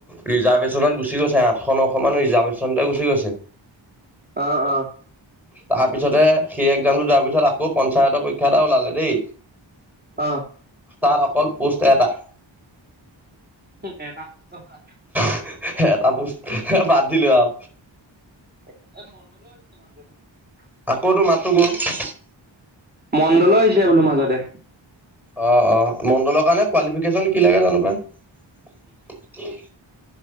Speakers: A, in the centre; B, on the right.
A: ৰিজাৰ্ভেশ্যনত গুচি গৈছে। আঠশ নশ মান ৰিজাৰ্ভেশ্যন তে গুচি গৈছে।
B: অ অ অ
A: তাৰপিছতে সেই এক্জামটো যোৱাৰ পিছত আকৌ পঞ্চায়তৰ পৰীক্ষা এটা ওলালে দেই,
B: অ
A: তাৰ অকল পোষ্ট এটা।
B: এটা প'ষ্টৰ কাৰণে
A: হে হে, এটা প'ষ্ট, এ বাদ দিলো আৰু।
B: তাকে। এ মণ্ডলৰো এক্জাম আছে।
A: আকৌ তোৰ মাতটো গ'ল।
B: মণ্ডলৰো আহিছে বোলোঁ মাজতে।
A: অ অ। মণ্ডলৰ কাৰণে কোৱালিফিকেশ্যন কি লাগে জানো পাই?